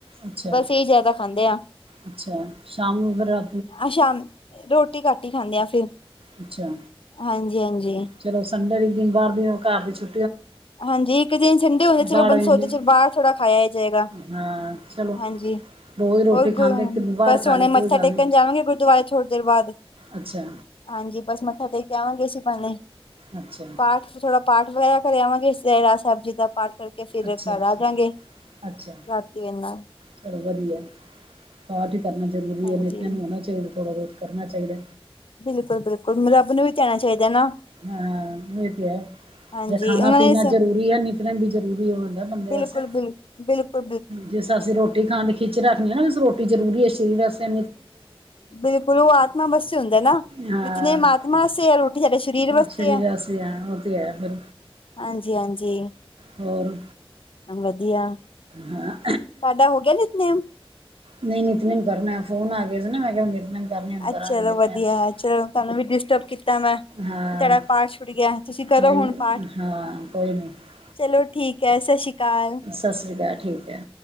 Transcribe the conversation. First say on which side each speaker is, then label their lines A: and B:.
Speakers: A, on the right; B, on the left.
A: ਅੱਛਾ
B: ਬਸ ਇਹ ਜ਼ਿਆਦਾ ਖਾਂਦੇ ਆਂ।
A: ਅੱਛਾ, ਸ਼ਾਮ ਨੂੰ ਫਿਰ ਰਾ
B: ਅਹ ਸ਼ਾਮ ਰੋਟੀ ਘੱਟ ਹੀ ਖਾਂਦੇ ਆ ਫਿਰ।
A: ਅੱਛਾ
B: ਹਾਂਜੀ ਹਾਂਜੀ
A: ਚਲੋ, ਸੰਡੇ ਦਿਨ ਦੀ ਬਾਹਰ ਦੀ, ਘਰ ਦੀ ਛੁ
B: ਹਾਂਜੀ ਇੱਕ ਦਿਨ ਸੰਡੇ ਹੋਇਆ ਚਲੋ
A: ਬਾਹਰ
B: ਅ ਬੰਦ
A: ਵੀ-
B: ਸੋਚਦੇ ਬਾਹਰ ਥੋੜਾ ਖਾਇਆ ਹੀ ਜਾਏਗਾ।
A: ਹਾਂ ਚਲੋ
B: ਹਾਂਜੀ
A: ਰੋਜ਼ ਰੋਟੀ
B: ਹੋਰ
A: ਖਾਂਦੇ
B: ਗ
A: ਇੱਕ ਦਿਨ ਬਾਹਰ
B: ਬਸ
A: ਖਾ
B: ਹੁਣੇ
A: ਲਏ ਕੋਈ
B: ਮੱਥਾ
A: ਗੱਲ
B: ਟੇਕਣ
A: ਨਹੀਂ
B: ਜਾਵਾਂਗੇ ਗੁਰਦ ਦਵਾਏ ਥੋੜ੍ਹੀ ਦੇਰ ਬਾਅਦ
A: ਅੱਛਾ
B: ਹਾਂਜੀ, ਬਸ ਮੱਥਾ ਟੇਕ ਆਵਾਂਗੇ ਅਸੀਂ ਬਾਣੇ
A: ਅੱਛਾ
B: ਪਾਠ ਥੋੜਾ ਪਾਠ ਵਗੈਰਾ ਕਰਿਆਵਾਂਗੇ ਰਹਿਰਾਸ ਸਾਹਿਬ ਜੀ ਦਾ ਪਾਠ ਕਰਕੇ ਫਿਰ
A: ਅੱਛਾ
B: ਘਰ
A: ਅੱਛਾ
B: ਆ ਜਾਂਗੇ,
A: ਅੱਛਾ
B: ਰਾਤੀ ਦੇ ਨਾਲ
A: ਚਲੋ ਵਧੀਆ ਪਾਠ ਕਰਨਾ ਜ਼ਰੂਰੀ
B: ਹਾਂਜੀ
A: ਏ, ਨਿੱਤਨੇਮ ਨੂੰ ਹੋਣਾ ਚਾਈਦਾ ਥੋੜਾ-ਬਹੁਤ ਕਰਨਾ ਚਾਈਦਾ
B: ਬਿਲਕੁਲ, ਬਿਲਕੁਲ ਰੱਬ ਨੂੰ ਵੀ ਧੀਆਇਣਾ ਚਾਈਦਾ ਨਾਂ
A: ਹਾਂ ਇਹ ਤੇ ਹੈ।
B: ਹਾਂਜੀ
A: ਜੇ ਖਾਣਾ
B: ਉਹਨਾਂ ਨੇ
A: ਪੀਣਾ ਜ਼ਰੂਰੀ ਏ, ਨਿਤਨੇਮ ਵੀ ਜਰੂਰੀ ਹੋ ਜਾਂਦਾ ਬੰਦੇ
B: ਬਿਲਕੁਲ
A: ਵਾਸਤੇ
B: ਬਿਲ ਬਿਲਕੁਲ-ਬਿਲਕੁਲ
A: ਜਿਸ ਰਾਂ ਅਸੀਂ ਰੋਟੀ ਖਾਣ ਖਿੱਚ ਰੱਖਣੇ ਆਂ ਨਾਂ, ਰੋਟੀ ਜਰੂਰੀ ਏ ਸ਼ਰੀਰ ਵਸਤੇ
B: ਬਿਲਕੁਲ ਉਹ ਆ ਆਪਣੇ ਵਾਸਤੇ ਹੁੰਦਾ ਨਾਂ
A: ਹਾਂ
B: ਨਿਤਨੇਮ ਆਤਮਾ ਵਾਸਤੇ ਆ, ਰੋਟੀ ਸਾਡੇ ਸਰੀਰ ਵਾਸਤੇ
A: ਸਰੀਰ
B: ਆ।
A: ਆਸੇ ਹੈ ਉਹ ਤੇ ਹੈ ਫਿਰ
B: ਹਾਂਜੀ, ਹਾਂਜੀ।
A: ਹੋਰ
B: ਵਧੀਆ
A: ਹਾਂ
B: ਤੁਹਾਡਾ ਹੋ ਗਿਆ ਨਿਤਨੇਮ
A: ਨਹੀਂ ਨਿੱਤਨੇਮ ਕਰਨਾ, ਫੋਨ ਆ ਗਏ ਸੀ ਨਾਂ ਮੈਂ ਕਿਹਾ ਕਰਨੀ ਹੁਣ ਕਰਾਂਗੇ
B: ਅੱ ਚਲੋ
A: ਨਿਤਨੇਮ
B: ਵਧੀਆ ਚਲੋ ਤੁਹਾਨੂੰ ਵੀ ਡਿਸਟਰਬ ਕੀਤਾ ਮੈਂ ਤੁਆਡਾ
A: ਹਾਂ
B: ਪਾਠ ਛੁੱਡ ਗਿਆ, ਤੁਸੀਂ ਕਰੋ
A: ਨਹੀਂ
B: ਹੁਣ ਪਾਠ।
A: ਹਾਂ ਕੋਈ ਨਹੀਂ
B: ਚਲੋ ਠੀਕ ਐ, ਸਤਿ ਸ਼੍ਰੀ ਅਕਾਲ।
A: ਸਤਿ ਸ਼੍ਰੀ ਅਕਾਲ, ਠੀਕ ਐ।